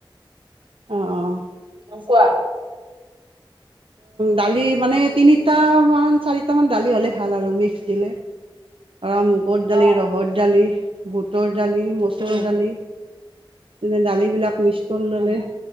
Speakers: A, on the right; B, on the right.
A: অ', অ'।
B: উ, কোৱা?
A: দালি মানে তিনিটামান চাৰিটামান দালি হ'লে ভাল আৰু মিক্স দিলে। পৰা মুগৰ দালি,
B: অ
A: ৰহৰ দালি, ভূটৰ দালি মচুৰৰ
B: উম
A: দালি যেনে দালিবিলাক মিক্স কৰি ল'লে,
B: উম